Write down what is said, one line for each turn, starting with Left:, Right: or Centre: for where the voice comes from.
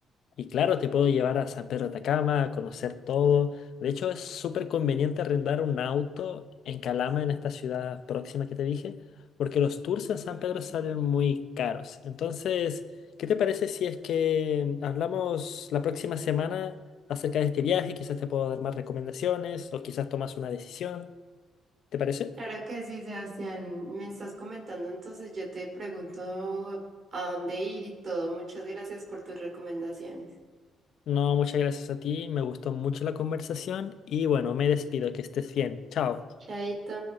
Left: Y claro, te puedo llevar a San Pedro de Atacama, a conocer todo. De hecho, es súper conveniente arrendar un auto en Calama, en esta ciudad próxima que te dije, porque los tours en San
Right: Ujú.
Left: Pedro salen muy caros. Entonces, ¿qué te parece si es que hablamos la próxima semana acerca de este viaje? Quizás te puedo dar más recomendaciones o quizás tomas una decisión. ¿Te parece?
Right: Claro que sí, Sebastián. Me estás comentando, entonces yo te pregunto a dónde ir y todo. Muchas gracias por tus recomendaciones.
Left: No, muchas gracias a ti. Me gustó mucho la conversación y bueno, me despido. Que estés bien. Chao.
Right: Chaito.